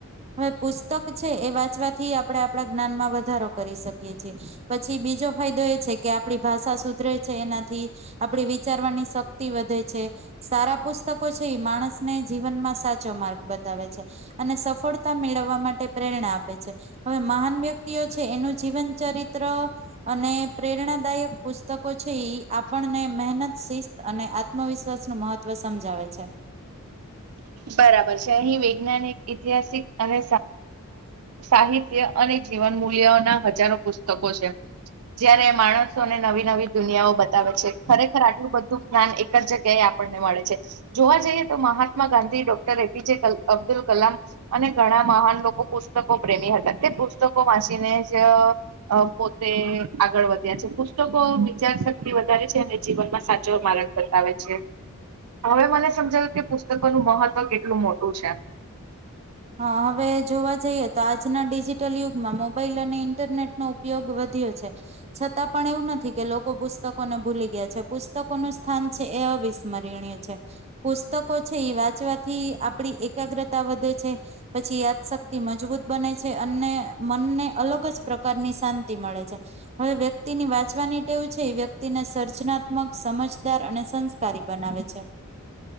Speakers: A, on the right; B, on the right.
A: હવે પુસ્તક છે એ વાત ચવાથી આપણે આપણા જ્ઞાનમાં વધારો કરી શકીએ છએ પછી બીજો ફાયદો એ છે કે આપણી ભાષા સુધરે છે એનાથી આપડી વિચારવાની શક્તિ વધે છે સારા પુસ્ત છે માણસ ને જીવનમાંચ ચો માર્ગ બત બતાવે છે અને સફળતા મેળવવા માટે પ્રેરણા આપે છે. હવે મહાન વ્યક્તિઓ છે એનું જીવન ચરિત્ર અને પ્રેરણાદાયક પુસ્તકો છે એ આપણને મહેનત શિસ્ત અને આત્મવિશ્વાસનુંું મહત્ત્વ સમજાવે છે.
B: બરાબર છે અહી વૈજ્ઞાનિક ઐતિહાસિક અને સાહિત્ય અને જીવન મૂલ્યોના હજારો પુસ્તકો છે જય્યારે માણસોને નવી નવી દુનિયાઓ બતાવે છે ખરેખર આટલું બધું જ્ઞાન એક જ જગ્યાએ આપણને મળે છે જોવા જઈએ તો મહાત્મા ગાંધી અબ્દુલ કલામ અને ઘણા મહાન લોકો પુસ્તકો પ્રેમી હતા તે પુસ્તકો વાંચીને જ પોતે આગળ વધ્યા છે પુસ્તકો વિચાર શક્તિ વધારે છે અને જીવનમાં સાચો મારગ બતાવે છે હવે મને સમજાવું કે પુસ્તકોનું મહત્વ તો કેટલું મોટું છે.
A: હા હવે જોવા જઈએ તો આજના ડિજિટલ યુગમાં મોબાઈલ અને ઈન્ટરનેટનો ઉપયોગ વધ્યો છે છતાં પણ એવું ન થી કે લોકો પુસ્તકો ને ભૂલી ગયા છે પુસ્તકો નું સ્થાન છે એ અવિસ્મરણીય છે પુસ્તકો છે ઈ વાંચવાથી આપડી એકાગ્રતા વધે છે પછી યાદશક્તિ મજબૂત બને છે અને મનને અલગ જ પ્રકારની શાંતિ મળે છે હવે વ્યક્તિની વાંચવાની ટેવ છે એ વ્યક્તિને સર્જનાત્મક સમજદાર અને સંસ્કારી બનાવે છે.